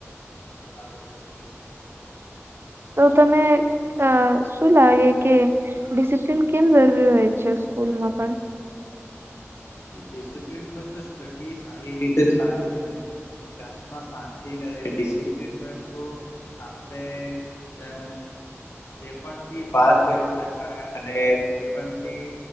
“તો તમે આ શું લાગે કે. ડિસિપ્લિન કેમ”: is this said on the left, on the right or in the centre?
Right